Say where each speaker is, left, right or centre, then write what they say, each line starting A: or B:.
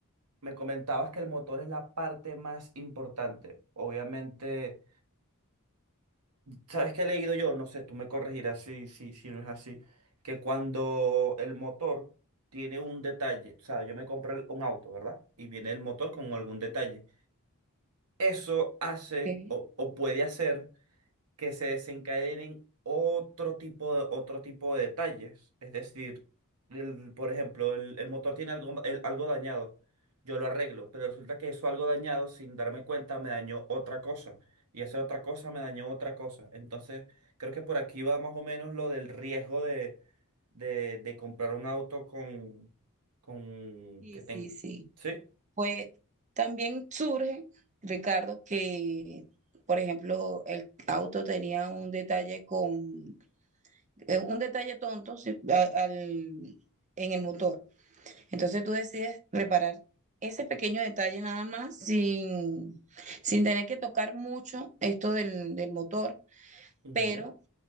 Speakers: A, on the right; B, on the right.
A: me comentabas que el motor es la parte más importante. Obviamente. ¿Sabes qué he leído yo? No sé, tú me corregirás si, si, si no es así. Que cuando el motor tiene un detalle, o sea, yo me compré el- un auto, ¿verdad? Y viene el motor con algún detalle. Eso hace
B: Ok.
A: o, o puede hacer que se desencadenen otro tipo de, otro tipo de detalles. Es decir, el- por ejemplo, el, el motor tiene algo, el- algo dañado. Yo lo arreglo, pero resulta que eso algo dañado, sin darme cuenta, me dañó otra cosa. Y esa otra cosa me dañó otra cosa. Entonces, creo que por aquí va más o menos lo del riesgo de, de, de comprar un auto con, con
B: Sí,
A: que tenga.
B: sí, sí.
A: ¿Sí?
B: Pues también surge, Ricardo, que, por ejemplo, el auto tenía un detalle con, eh, un detalle tonto sí, a- al- en el motor. Entonces tú decides reparar ese pequeño detalle nada más sin, sin tener que tocar mucho esto del, del motor,
A: Ujú.
B: pero